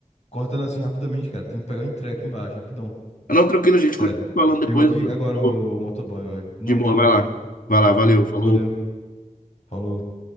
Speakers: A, on the left; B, on the left.
A: cortando assim rapidamente, cara. Tem que pegar o entrega aqui embaixo, rapidão.
B: Ah, Não, tranquilo, gente.
A: Sério.
B: Continua falando depois.
A: Chegou aqui
B: De
A: agora o
B: boa,
A: motoboy, velho. Não,
B: de boa,
A: show,
B: vai lá.
A: show.
B: Vai lá, valeu,
A: Beleza,
B: falou.
A: valeu. Falou.